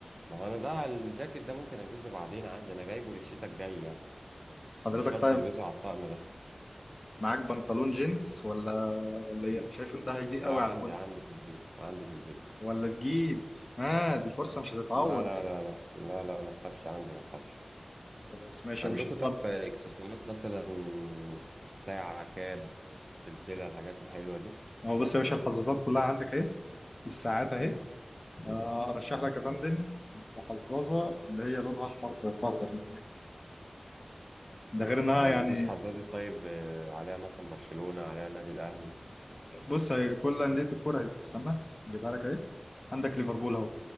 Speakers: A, on the right; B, on the left.
A: ما هو انا ده الجاكيت ده ممكن البسه بعدين عادي انا جايبه للشتاء الجاي يعني
B: حضرتك
A: مش شرط
B: طيب
A: البسه على الطقم ده
B: معاك بنطلون جينز ولا ولا ايه انا شايف ان ده هيليق
A: لا
B: قوي
A: عندي
B: على البني
A: عندي في البيت عندي في البيت
B: ولا تجيب اه دي فرصه مش هتتعوض
A: لا لا
B: دي
A: لا لا لا لا ما تخافش عندي ما تخافش
B: خلاص ماشي
A: عندكم
B: يا باشا اتفضل
A: طب اكسسوارات مثلا ساعة كاب سلسلة الحاجات الحلوة دي
B: اهو بص يا باشا الحظاظات كلها عندك اهي الساعات اهي آه، ارشح لك يا فندم الحظاظه اللي هي لونها احمر في في اخضر اللي هناك دي. ده غير انها
A: ما عندكوش
B: يعني
A: حزازة طيب آه، عليها مثلا برشلونة عليها النادي الأهلي
B: بص هي كل انديه الكوره اهي استنى اجيبها لك اهي عندك ليفربول اهو